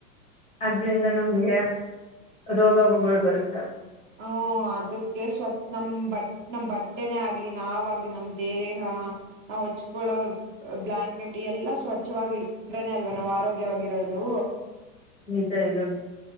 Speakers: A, on the left; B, on the right.
A: ಆದದ್ರಿಂದ ನಮ್ಗೆ ರೋಗ ವಗಳು ಬರೋಯ್ತಾವ
B: ಹ್ಮ ಅದಕ್ಕೆ ಸ್ವಚ್ ನಮ್ ಬಟ್ ನಮ್ ಬಟ್ಟೆನೆ ಆಗ್ಲಿ ನಾವಾಗ್ಲಿ ನಮ್ ದೇಹ ನಾ ಹೊಚ್ಕೊಳ್ಳೋ ಬ್ಲಾಂಕೆಟ್ ಎಲ್ಲಾ ಸ್ವಚ್ಛವಾಗಿ ಇಡ್ಕೊಂಡ್ರೇನೆ ಅಲ್ವಾ ನಾವ್ ಆರೋಗ್ಯವಾಗಿರೋದು
A: ನಿಜ ಇದನು